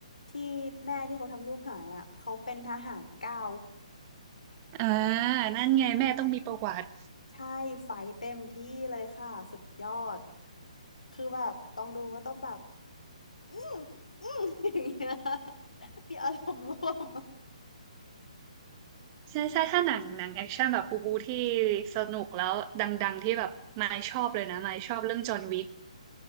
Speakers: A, on the left (about 85°); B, on the right (about 30°).
A: ที่แม่ที่เขาทำลูกหายอ่ะเขาเป็นทหารเก่า
B: อ่านั่นไงแม่ต้องมีประวัติ
A: เออใช่ไฟเต็มที่เลยค่ะสุดยอดคือแบบต้องดูก็ต้องแบบ อืมอืม <laughs> อย่างเงี้ยมีอารมณ์ร่วม
B: ใช่ใช่ถ้าหนังหนังแอคชั่นแบบบูบูที่สนุกแล้วดังๆที่แบบมายชอบเลยนะมายชอบเรื่องจอห์นวิก